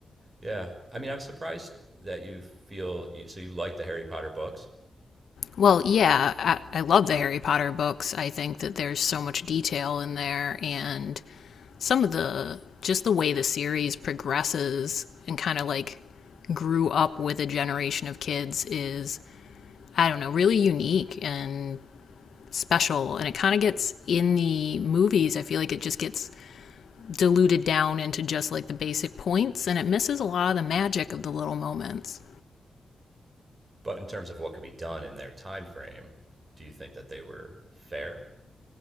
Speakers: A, on the right; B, on the left.
A: Yeah, I mean, I'm surprised that you feel you, so you like the Harry Potter books,
B: Well, yeah, I, I love the Harry Potter books. I think that there's so much detail in there, and some of the just the way the series progresses and kind of like grew up with a generation of kids is I don't know, really unique and special and it kind of gets in the movies i feel like it just gets diluted down into just like the basic points and it misses a lot of the magic of the little moments
A: but in terms of what could be done in their time frame, do you think that they were fair?